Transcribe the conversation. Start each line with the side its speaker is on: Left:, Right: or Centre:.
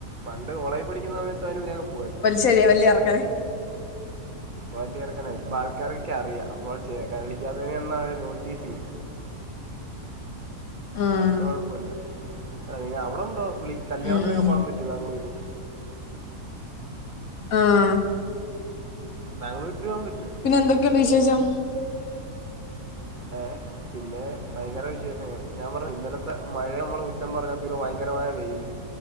Right: പണ്ട് ഓളേജിൽ പഠിക്കുന്ന സമയത്ത്യന് അയിലിതിലൊക്കെ പോവായിര്ന്ന്
Left: ശരിയ വല്ിയ ഇറക്കനായ്
Right: വലിയറക്കന ഇപ്പ പല്യർകനായ പല്യർകനായി പ ആൾക്കാാരൊക്കെ ക്ക്അറിയാം അപ്പോൊ ചേ കളിക്കാത്തന്നെയ ഒന്നാര് നോട്ടീസ്
Left: ആഹ്
Right: പണ്ട് കുഴപ്പമില്ല അല്ല നിങ്ങ പണ്ടൊയപ്പല്ല അവിടെ ഉണ്ടോ വിളി കല്യാണത്തിരൊക്കെ
Left: ഉം
Right: പോകാൻ പറ്റി ബാംഗലൂര്
Left: ആഹ
Right: ബാംഗ്ലൂൽ റ്റ്പോവാൻ പറ്റൂ
Left: എന്തൊക്കെയുണ്ട് വിശേഷം
Right: ഏഹ് പിന്നെ ഭയങ്കര വിശേഷങ്ങൾ ഞാൻ പറഞ്ഞ ഇന്നലത്തെ മഴ നമ്മള് കു റ്റം പറഞ്ഞാ പിന്നെ ഭയങ്കരമായ വെയില്